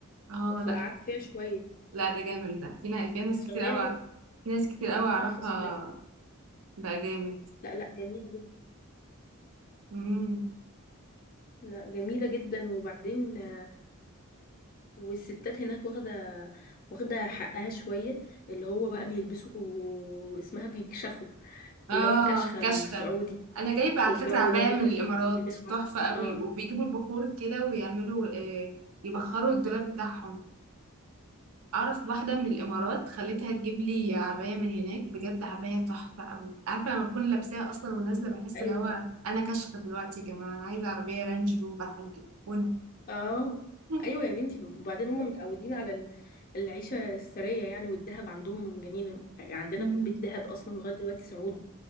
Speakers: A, on the right; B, on the left.
A: اه
B: فقعدت
A: لا
B: فيها شوية
A: لا ده جامد ده في ناس في ناس
B: السعودية
A: كتير قوي في ناس كتير قوي اعرفها
B: تحفة الصراحة
A: بقى جامد
B: لا لا جميلة جدا
A: امم
B: لا جميلة جدا وبعدين آه، والستات هناك واخدة واخدة حقها شوية اللي هو بقى بيلبسوا واسمها بيكشخوا
A: اه
B: اللي هو الكشخة
A: كشخة
B: السعودي
A: انا جايبه على
B: والجو
A: فكره عبايه
B: ده بيحطوا
A: من الامارات
B: بيلبسوا
A: تحفه قوي
B: اه
A: وبيجيبوا البخور كده ويعملوا آه يبخروا الدولاب بتاعهم اعرف واحده من الامارات خليتها تجيب لي عبايه من هناك بجد عبايه تحفه قوي عارفه لما بكون لابساها اصلا ونازله بحس
B: ايوه
A: اللي هو انا كشخه دلوقتي يا جماعه انا عايزه عربيه رانج روفر حاجه وانا
B: اه
A: <laughs>
B: ايوه يا بنتي وبعدين هم متعودين على ال- العيشة السرية يعني والذهب عندهم جميل عندنا
A: مم.
B: في البيت ذهب اصلا لغاية دلوقتي سعودي